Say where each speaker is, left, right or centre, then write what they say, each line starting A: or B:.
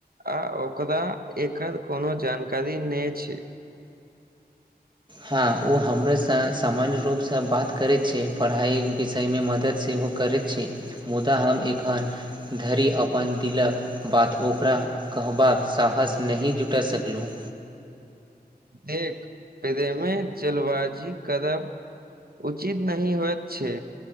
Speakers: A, on the right; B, on the right.
A: आ ओकरा एकर कोनो जानकारी नय छै
B: हँ ओ हमरासँ सामान्य रूपसँ बात करै छै पढ़ाई विषय मे मदद सेहो करैत छी मुदा हम एखन धरि अपन दिलक बात ओकरा कहबाक साहस नहि जुटा सकलहुँ
A: देख प्रेमे जलबाजी करब उचित नहि होयत छै